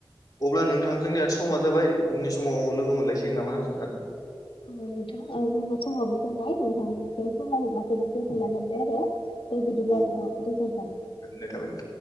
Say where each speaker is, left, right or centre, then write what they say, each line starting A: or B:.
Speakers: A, on the left; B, on the left.
A: अब्ला नोंथां जोंनिया समा जाबाय उननि समाव लोगो मोनलायसिगोन नामा नोंथां
B: औ नोंथां ओ जोंना समाबो जाबाय नोंथांनिफ्राय सावरायनो मोनना जोबोद गोजोननाय मोनबाय आरो दे बिदिब्ला
A: औ
B: नोंथां गोजोनथों
A: गोजोननाय थाबाय नोंथां